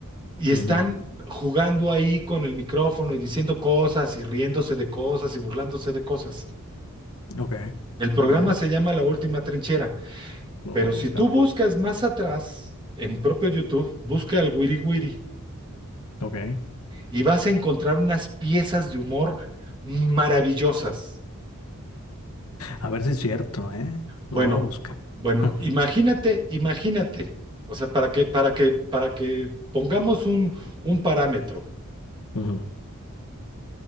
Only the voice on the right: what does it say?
y están
jugando ahí con el micrófono y diciendo cosas y riéndose de cosas y burlándose de cosas.
El programa
se llama La Última Trinchera,
pero
si
tú buscas más atrás, en propio YouTube, busca el Wiri Wiri
y vas a encontrar unas piezas de humor maravillosas.
Bueno,
bueno,
imagínate, imagínate, o sea, para que, para que, para que pongamos un, un parámetro.